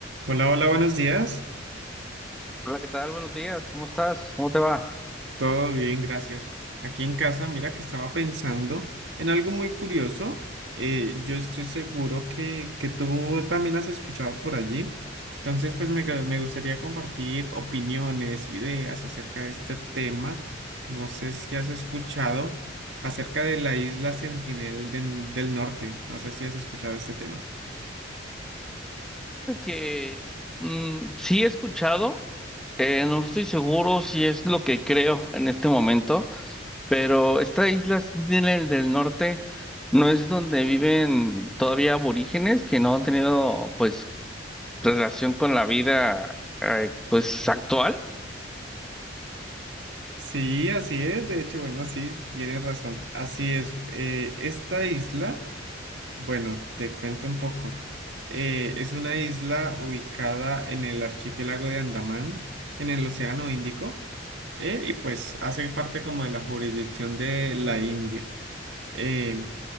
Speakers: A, on the right (about 70°); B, in the centre.
A: Hola, hola, buenos días.
B: Hola, ¿qué tal? Buenos días. ¿Cómo estás? ¿Cómo te va?
A: Todo bien, gracias. Aquí en casa, mira que estaba pensando en algo muy curioso. Eh, yo estoy seguro que, que tú también has escuchado por allí. Entonces, pues me, gu- me gustaría compartir opiniones, ideas acerca de este tema. No sé si has escuchado acerca de la isla Sentinel del, del Norte. No sé si has escuchado este tema.
B: Que mm, sí he escuchado, eh, no estoy seguro si es lo que creo en este momento, pero esta isla Sentinel del Norte no es donde viven todavía aborígenes que no han tenido pues relación con la vida eh, pues actual.
A: Sí, así es. De hecho, bueno, sí, tienes razón. Así es. Eh, esta isla... Bueno, te cuento un poco. Eh, es una isla ubicada en el archipiélago de Andamán, en el Océano Índico, eh, y pues hace parte como de la jurisdicción de la India. Eh,